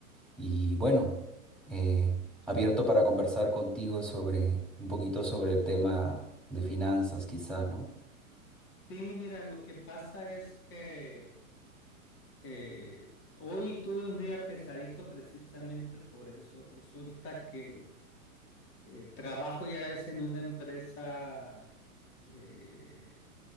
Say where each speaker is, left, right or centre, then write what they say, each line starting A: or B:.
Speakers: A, in the centre; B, on the left.
A: y bueno, eh, abierto para conversar contigo sobre un poquito sobre el tema de finanzas, quizá, ¿no?
B: Sí, mira, lo que pasa es que eh, hoy tuve un día pesadito precisamente por eso. Resulta que eh, trabajo ya ves en una empresa eh,